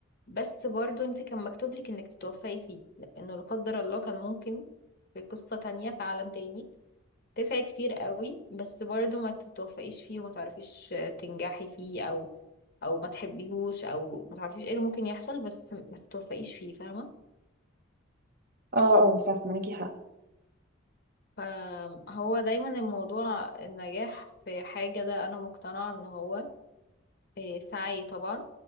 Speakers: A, on the left; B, on the right.
A: بس برضو انتي كان مكتوب لك انك تتوفقي فيه لانه لا قدر الله كان ممكن في قصة تانية في عالم تاني تسعي كتير قوي بس برضو ما تتوفقيش فيه وما تعرفيش تنجحي فيه او او ما تحبيهوش او ما تعرفيش ايه اللي ممكن يحصل بس ما تتوفقيش فيه فاهمة
B: اه اه صح معاكي حق
A: فهو دايما الموضوع النجاح في حاجة ده انا مقتنعة ان هو إيه، سعي طبعا